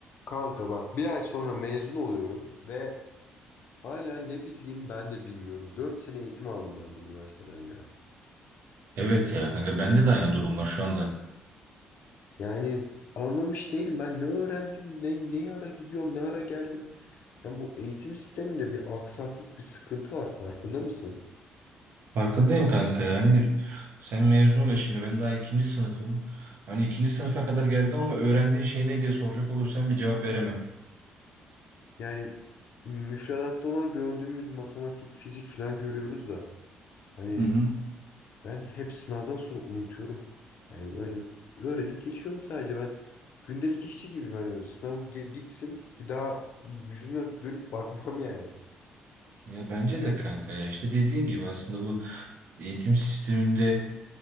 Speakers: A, on the left; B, on the right.
A: Kanka bak bir ay sonra mezun oluyorum ve hala ne bileyim ben de bilmiyorum. dört sene eğitim aldım ben bu üniversiteden ya.
B: Evet ya kanka bende de aynı durum var şu anda.
A: Yani anlamış değilim ben ne öğrendim, ne, ne ara gidiyorum, ne ara geldim. Yani bu eğitim sisteminde bir aksaklık, bir sıkıntı var farkında mısın?
B: Farkındayım kanka yani sen mezun ol ya şimdi ben daha ikinci sınıfım. Hani ikinci sınıfa kadar geldim ama öğrendiğin şey ne diye soracak olursan bir cevap veremem.
A: Yani müfredatta olan gördüğümüz matematik, fizik falan görüyoruz da hani
B: Hı hı.
A: Ben hep sınavdan sonra unutuyorum. Yani öyle öğrenip geçiyorum sadece. Ben gündelik işçi gibiyim. Hani sınav ge- bitsin bir daha yüzüme dönüp bakmam yani.
B: Ya bence de kanka ya işte dediğin gibi aslında bu eğitim sisteminde